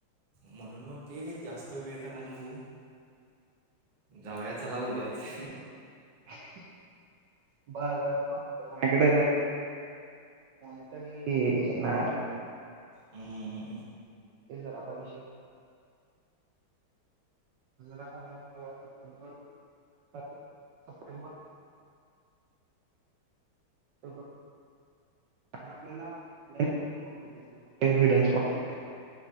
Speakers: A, on the right; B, on the right.
A: म्हणून म्हणतोय जास्त वेळ करायला नको. जाऊया चला उद्याच.
B: <unintelligible> मायाकड मॉनिटरी णार.
A: हम्म हम्म.
B: ते जरा पाहिजे. <unintelligible> सप्टेबर <unintelligible> आणि आपल्याला ऑनलाईनो पण बघत कुठले कुठले हिडन स्पॉट आहेत